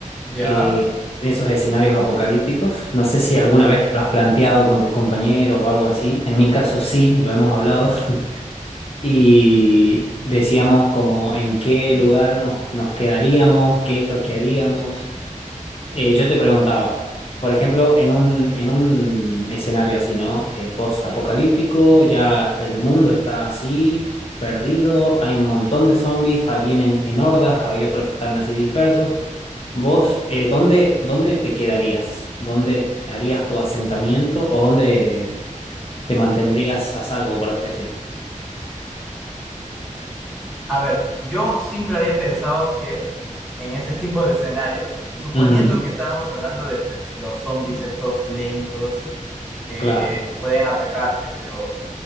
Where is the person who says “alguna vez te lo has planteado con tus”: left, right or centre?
Left